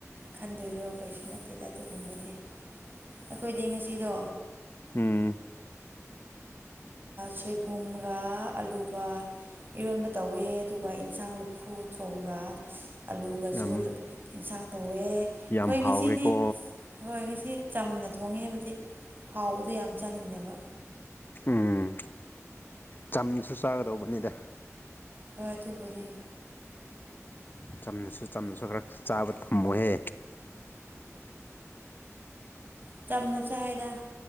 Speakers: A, on the right; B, on the left.
A: ꯈꯟꯗꯣꯏꯔꯣ ꯀꯩꯁꯨ ꯅꯠꯇꯦꯗ ꯑꯗꯨꯒꯨꯝꯕꯗꯤ ꯑꯩꯈꯣꯏꯗꯤ ꯉꯁꯤꯗꯣ
B: ꯎꯝ <inaudible>
A: ꯁꯣꯏꯕꯨꯝꯒ ꯑꯂꯨꯒ ꯏꯔꯣꯟꯕ ꯇꯧꯋꯦ ꯑꯗꯨꯒ ꯏꯟꯁꯥꯡ ꯂꯐꯨ ꯊ꯭ꯔꯣ
B: <inaudible>
A: ꯑꯂꯨꯒꯁꯨ
B: ꯌꯥꯝ
A: ꯑꯦꯟꯁꯥꯡ ꯇꯧꯋꯦ
B: ꯌꯥꯝ
A: ꯈꯣꯏ
B: ꯍꯥꯎꯔꯦꯀꯣ
A: ꯉꯁꯤꯗꯤ ꯍꯣꯏ ꯉꯁꯤ ꯆꯝꯅ ꯊꯣꯡꯉꯦ ꯍꯥꯏꯕꯗꯤ ꯍꯥꯎꯕꯗꯣ ꯌꯥꯝ ꯆꯥꯅꯤꯡꯗꯕ
B: ꯎꯝ ꯆꯝꯅꯁꯨ ꯆꯥꯒꯗꯧꯕꯅꯤꯗ
A: ꯍꯣꯏ ꯑꯗꯨꯕꯨꯗꯤ
B: ꯆꯝꯅꯁꯨ ꯆꯝꯅꯁꯨ ꯈꯔ ꯆꯥꯕ ꯇꯝꯃꯨꯍꯦ
A: ꯆꯝꯅ ꯆꯥꯏꯌꯦꯗ